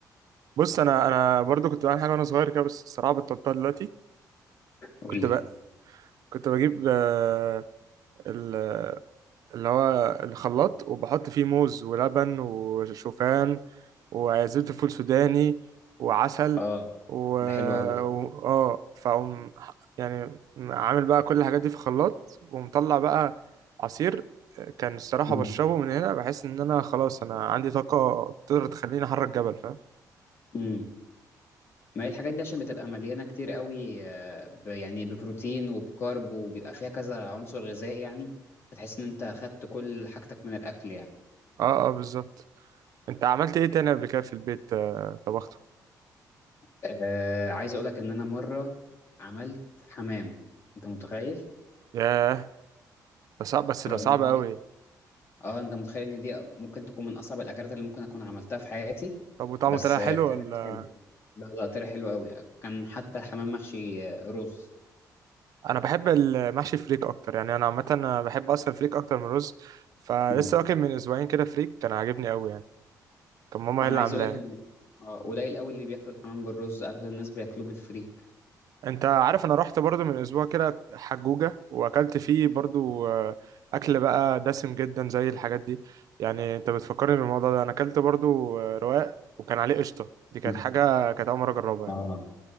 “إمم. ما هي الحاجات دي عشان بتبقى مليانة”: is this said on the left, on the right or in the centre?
Left